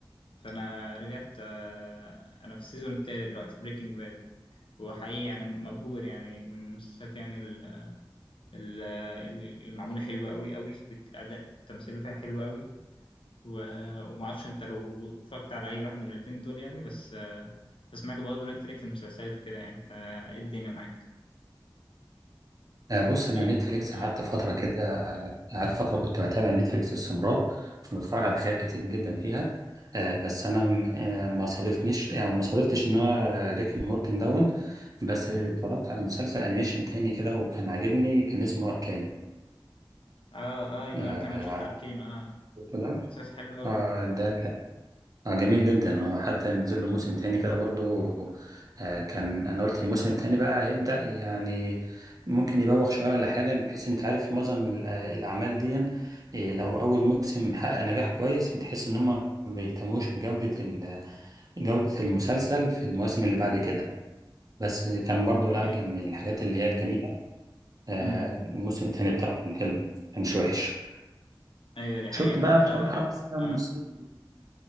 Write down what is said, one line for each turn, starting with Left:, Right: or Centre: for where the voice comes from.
Left: فانا رجعت آه، انا في السيزون التالت دلوقتي بريكنج باد وحقيقي يعني مبهور يعني من المسلسلات يعني ال- ال- المعمولة حلوة قوي قوي والاداء التمثيل فيها حلو قوي و- وما اعرفش انت لو اتفرجت على اي واحد من الاتنين دول يعني بس آه، فسمعت برضه ان انت ليك في المسلسلات وكده يعني فايه الدنيا معاك
Right: آه، بص انا
Left: ايه
Right: نتفليكس
Left: ال- اه
Right: قعدت فتره كده آه، قعدت فتره كنت بتابع نتفليكس باستمرار وبتفرج على حاجات كتير جدا فيها آه، بس انا م- آه، ما صادفنيش يعني ما صادفتش ان انا ريكي مورتن دون بس اتفرجت على مسلسل انيميشن تاني كده وكان عاجبني كان اسمه اركان
Left: اه آه، ايوه
Right: آه،
Left: انا كمان شفت
Right: عارف
Left: اركين اه
Right: ده
Left: مسلسل حلو قوي
Right: آه، ده اه جميل جدا هو حتى نزل له موسم
Left: آه.
Right: تاني كده برضو آه كان انا قلت الموسم التاني بقى هيبدأ يعني ممكن يبوخ شوية ولا حاجة بحيث انت عارف معظم ال- آه، الأعمال دي آه، لو أول موسم حقق نجاح كويس بتحس إن هم ما بيهتموش بجودة ال- جودة المسلسل في المواسم اللي بعد كده بس كان برضو لا
Left: ايوه
Right: كان من الحاجات اللي هي الجميلة آه
Left: امم
Right: الموسم التاني بتاعه كان حلو كانش وحش
Left: ايوه دي حقيقة
Right: شفت بقى
Left: حتى
Right: بصراحة أحسن
Left: اه
Right: موسم